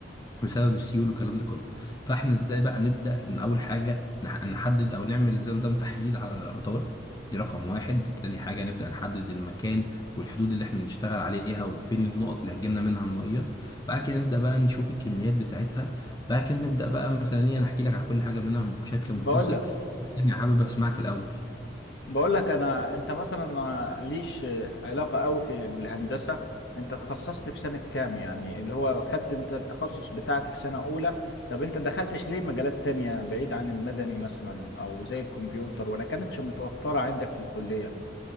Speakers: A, on the left; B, on the left.
A: بسبب السيول والكلام ده كله فاحنا ازاي بقى نبدا ان اول حاجه نح- نحدد او نعمل زي نظام تحليل على الامطار دي رقم واحد تاني حاجه نبدا نحدد المكان والحدود اللي احنا نشتغل عليها وفين النقط اللي هتجيلنا منها الميه بعد كده نبدا بقى نشوف الكميات بتاعتها بعد كده نبدا بقى مثلا ايه انا احكي لك على كل حاجه منها بشكل منفصل
B: بقول لك
A: بس انا حابب اسمعك الاول
B: بقول لك انا انت مثلا ما ليش علاقه قوي في بالهندسه انت تخصصت في سنه كام يعني اللي هو خدت انت التخصص بتاعك في سنه اولى طب انت دخلتش ليه مجالات تانية بعيد عن المدني مثلا او زي الكمبيوتر ولا كانتش متوفره عندك في الكليه